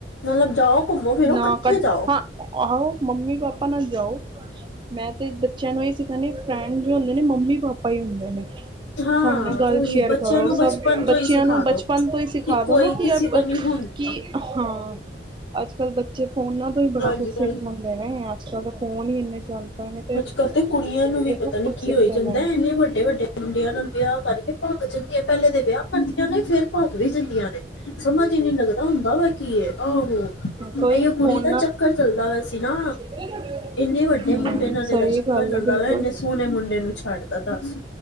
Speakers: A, on the left (about 75°); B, on the right (about 25°).
A: ਮਤਲਬ ਜਾਓ। ਘੁੰਮੋ ਫਿਰੋ
B: ਨਾ
A: ਇਕੱਠੇ
B: ਕਢ
A: ਜਾਓ
B: ਹਾਂ, ਆਹੋ ਮੰਮੀ ਪਾਪਾ ਨਾਲ ਜਾਓ, ਮੈਂ ਤੇ ਬੱਚਿਆਂ ਨੂੰ ਇਹ ਸਿਖਾਂਦੇ, ਫਰੈਂਡ ਜੋ ਹੁੰਦੇ ਨੇ, ਮੰਮੀ ਪਾਪਾ ਹੀ ਹੁੰਦੇ ਨੇ।
A: ਹਾਂ
B: ਸਾਡੇ ਨਾਲ ਗੱਲ
A: ਉਹੀ
B: ਸ਼ੇਅਰ
A: ਬੱਚਿਆਂ
B: ਕਰੋ,
A: ਨੂੰ ਬਚਪਨ
B: ਸਭ ਬੱਚਿਆਂ
A: ਤੋਂ ਹੀ ਸਿਖਾ
B: ਨੂੰ ਬਚਪਨ
A: ਦੋ
B: ਤੋਂ ਹੀ ਸਿਖਾ
A: ਕਿ
B: ਦੋ
A: ਕੋਈ
B: ਨਾ ਕਿ
A: ਕਿਸੇ ਦਾ ਨਹੀਂ ਹੁੰਦਾ
B: ਕੀ ਹਾਂ। ਅੱਜ ਕੱਲ੍ਹ ਬੱਚੇ ਫੋਨਾਂ ਤੋਂ ਹੀ ਬੜਾ
A: ਅੱਜ
B: ਕੁਛ
A: ਕੱਲ
B: ਸਿੱਖ ਲੈਂਦੇ ਨੇ, ਅੱਜ ਕੱਲ ਤਾਂ ਫੋਨ ਹੀ ਇੰਨੇ ਚੱਲ ਪਏ ਨੇ ਤੇ।
A: ਕਦੇ ਕੁੜੀਆਂ ਨੂੰ ਵੀ
B: ਬਹੁਤ
A: ਪਤਾ ਨੀ
B: ਕੁਛ
A: ਕੀ
B: ਸਿੱਖਦੇ
A: ਹੋਈ ਜਾਂਦਾ,
B: ਪਏ ਨੇ।
A: ਇੰਨੇ ਵੱਡੇ- ਵੱਡੇ ਮੁੰਡਿਆਂ ਨਾਲ ਵਿਆਹ ਕਰਕੇ ਭਗ ਭ ਜਾਂਦੀਆਂ, ਪਹਿਲੇ ਦੇ ਵਿਆਹ ਕਰਦੀਆਂ ਨੇ, ਫਿਰ ਭੱਗ ਵੀ ਜਾਂਦੀਆਂ ਨੇ, ਸਮਝ ਇਨੀ ਲੱਗਦਾ ਹੁੰਦਾ ਵਾ ਕੀ ਏ ਆਹੋ। ਇਹੀਓ
B: ਕਈ
A: ਕੁੜੀ
B: ਫੋਨ
A: ਦਾ ਚੱਕਰ ਚੱਲਦਾ ਪਿਆ ਸੀ ਨਾ।
B: ਹੂੰ
A: ਇੰਨੇ ਵੱਡੇ ਮੁੰਡੇ ਨਾਲੇ
B: ਸਹੀ
A: ਦਾ ਚੱਕਰ
B: ਗੱਲ
A: ਚੱਲਦਾ
B: ਹੈ ਬਿਲਕੁਲ।
A: ਵ, ਇੰਨੇ ਸੋਹਣੇ ਮੁੰਡੇ ਨੂੰ ਛੱਡਦਾ ਦੱਸ।